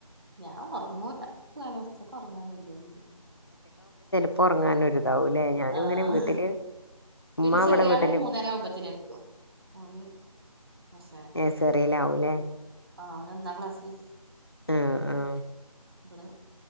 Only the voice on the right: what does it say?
ഞാൻ ഒറങ്ങൂല പകൽസമയത്ത് ഉറങ്ങാൻ കഴിയുല
ആഹ്
പിന്നെ
ചെറിയാള്
മൂന്നരാവുമ്പോത്തിനെത്തും ഓന് കൊറച്ച് നേരത്തെ
എത്തും ആഹ് അവനൊന്നാം ക്ലാസ്സ്ല്.
ബടെ